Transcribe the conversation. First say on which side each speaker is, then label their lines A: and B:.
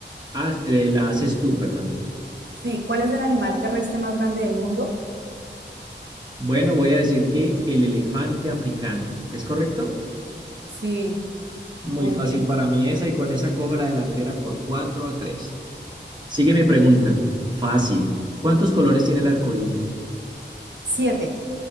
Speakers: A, on the right (about 25°); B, on the right (about 70°).
A: Haz- eh, la haces tú, perdón.
B: Sí, ¿cuál es el animal terrestre más grande del mundo?
A: Bueno, voy a decir que el elefante africano. ¿Es correcto?
B: Sí,
A: Muy
B: muy
A: fácil
B: bien.
A: para mí esa y con esa cojo la delantera por 4 a 3. Sigue mi pregunta. Fácil. ¿Cuántos colores tiene el arco iris?
B: Siete.